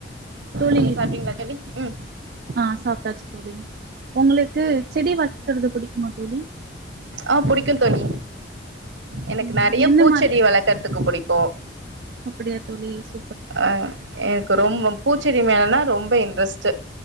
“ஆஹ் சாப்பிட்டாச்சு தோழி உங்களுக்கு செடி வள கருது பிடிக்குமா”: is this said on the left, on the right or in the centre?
Right